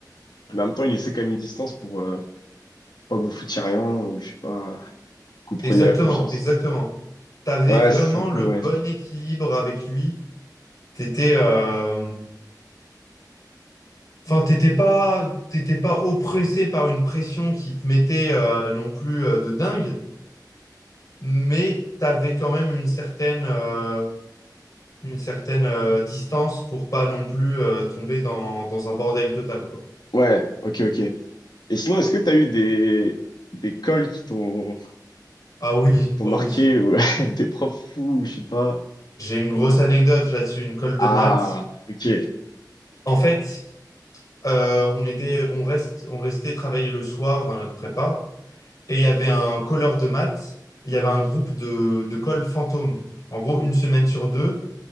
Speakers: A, on the left (about 75°); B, on the left (about 50°).
A: mais en même temps, il laissait quand même une distance pour euh, pas que vous foutiez rien, ou je sais pas, que vous preniez
B: exactement,
A: la confiance.
B: exactement. T'avais
A: Ouais,
B: vraiment
A: c'est un peu,
B: le
A: ouais.
B: bon équilibre avec lui. T'étais, euh, Enfin, t'étais pas, t'étais pas oppressé par une pression qui te mettait euh, non plus euh, de dingue, mais t'avais quand même une certaine, euh, une certaine euh, distance pour pas non plus euh, tomber dans, dans un bordel total, quoi.
A: Ouais, ok, ok. Et sinon, est-ce que tu as eu des, des cols qui t'ont
B: Ah oui,
A: t'ont
B: oh
A: marqué
B: oui.
A: ou <laughs> avec des profs fous, ou je sais pas.
B: J'ai une grosse anecdote là-dessus, une colle
A: Ah,
B: de maths.
A: ok.
B: En fait, euh, on était, on reste, on restait travailler le soir dans notre prépa, et il y avait un colleur de maths, il y avait un groupe de, de colle fantôme. En gros, une semaine sur deux